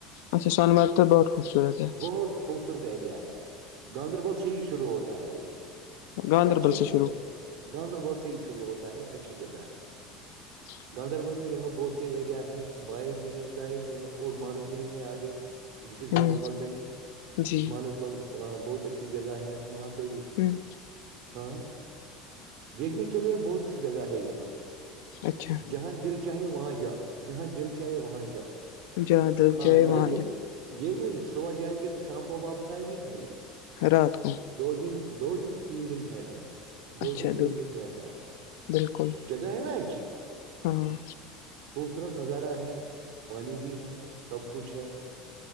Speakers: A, on the left; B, on the right.
A: اچھا سنباد تو بہت خوبصورت ہے
B: بہت خوبصورت ایریا ہے گاندربل سے ہی شروع ہوتا ہے یہ
A: گاندربل
B: اچھی
A: سے شروع
B: گاندربل سے ہی شروع ہوتا ہے اچھی جگہ ہے
A: ج
B: گاندربل میں یہاں بہت سے ایریا ہیں بائیں بھی ہیں دائیں بھی ہیں اور مانس بلی ہیں آگے ڈسٹرک گاندربل
A: ہوں
B: میں ہے
A: جی
B: مانس بل بہت اچھی جگہ ہے وہاں پہ بھی
A: ہوں
B: ہاں دیکھنے کے لیے بہت سی جگہ ہے یہاں پہ
A: اچھا
B: جہاں دل چاہے وہاں جاؤ جہاں دل چاہے وہاں جاؤ
A: جہاں دل
B: ہاں
A: جائے
B: لیکن
A: وہاں جاؤ
B: یہ نہیں صبح جائیں گے تو شام کو واپس آئیں گے نہیں
A: رات کو
B: دو دن دو دن تین دن ٹہرنا ہے دو
A: اچھا
B: دن تین
A: دودھ
B: دن ٹھرنا ہے
A: بالکل
B: جگہ ہے نا ایچ
A: ہاں
B: خوبصورت نظارہ ہے پانی بھی ہے سب کچھ ہے